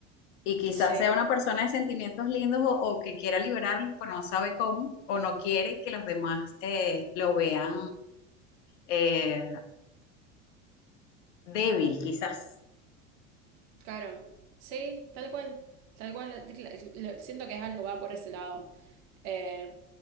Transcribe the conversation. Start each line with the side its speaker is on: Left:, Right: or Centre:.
Left: Y quizás
Right: Sí.
Left: sea una persona de sentimientos lindos o, o que quiera liberarlos, pero no sabe cómo, o no quiere que los demás eh, lo vean eh, débil, quizás.
Right: Claro, sí, tal cual, tal cual, la- la- la- siento que es algo va por ese lado. Eh,